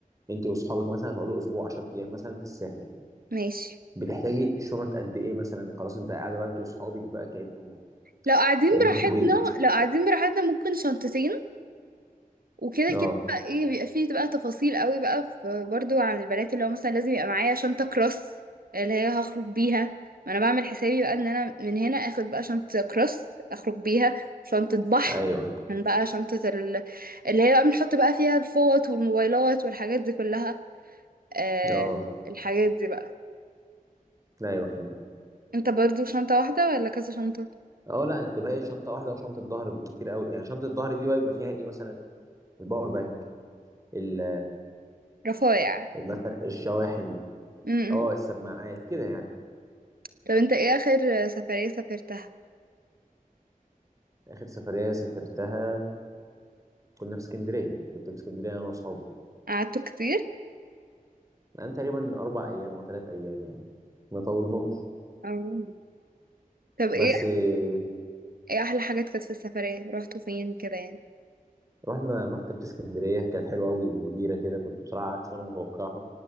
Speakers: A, on the right (about 20°); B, on the right (about 90°).
A: انت واصحابك مثلا هتقعدوا اسبوع 10 ايام مثلا في الساحل
B: ماشي
A: بتحتاجي شنط قد ايه مثلا خلاص انت قاعده بقى انت واصحابك بقى كانه
B: لو قاعدين
A: كانكم
B: براحتنا
A: في بيت
B: لو قاعدين براحتنا ممكن شنطتين وكده
A: اه
B: كده بقى ايه بيبقى فيه بقى تفاصيل قوي بقى في برضو عن البنات اللي هو مثلا لازم يبقى معايا شنطة كروس اللي هي هخرج بيها ما انا بعمل حسابي بقى ان انا من هنا اخد بقى شنطة كروس اخرج بيها شنطة بحر
A: ايوه
B: كان بقى شنطة ال... اللي هي بقى بنحط بقى فيها الفوط والموبايلات والحاجات دي كلها آه
A: اه
B: الحاجات دي بقى
A: ايوه فهمت
B: انت برضو شنطة واحدة ولا كذا شنطة
A: اه لا انا بتبقى هي شنطه واحده وشنطه ظهر بالكتير قوي يعني شنطه الظهر دي بقى بيبقى فيها ايه مثلا الباور بانك ال-
B: رفايع
A: ال- مثلا الشواحن
B: م-م.
A: اه السماعات كده يعني
B: طب انت ايه اخر سفرية سافرتها
A: اخر سفريه سافرتها كنا في اسكندريه كنت في اسكندريه انا واصحابي
B: قعدتوا كتير
A: يعني تقريبا أربع أيام أو ثلاث أيام يعني ما طولناش
B: أو- طب ايه
A: بس آه،
B: ايه احلى حاجات كانت في السفرية رحتوا فين كده يعني
A: رحنا مكتبة اسكندرية كانت حلوة أوي وكبيرة كده كنت بصراحة عكس ما أنا متوقعها